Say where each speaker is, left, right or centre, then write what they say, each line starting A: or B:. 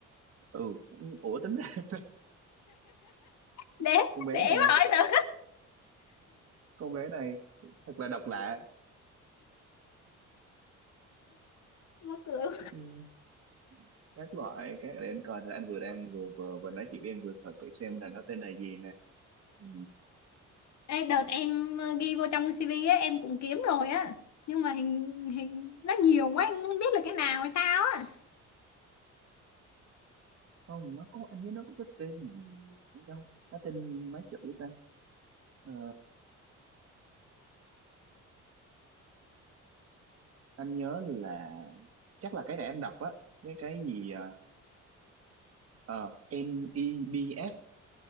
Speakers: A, on the right (about 50°); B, on the left (about 65°).
A: Ừ, ủa tính ra
B: để
A: <laughs> con bé
B: để em
A: này,
B: hỏi nữa
A: con bé này thật là độc lạ.
B: mở cửa
A: Ừ, Các loại các để anh coi thì anh vừa đang vừa vừa vừa nói chuyện với em vừa sợ thử xem là nó tên là gì nè. Ừ,
B: <laughs> Ê, đợt em ờ, ghi vô trong CV á em cũng kiếm rồi á nhưng mà hình hình nó nhiều quá em không biết là cái nào hay sao á
A: không nó có anh nhớ nó có cái tên gì đâu nó tên mấy chữ ta Ờ, anh nhớ là chắc là cái để em đọc á cái cái gì à, Ờ, MEBF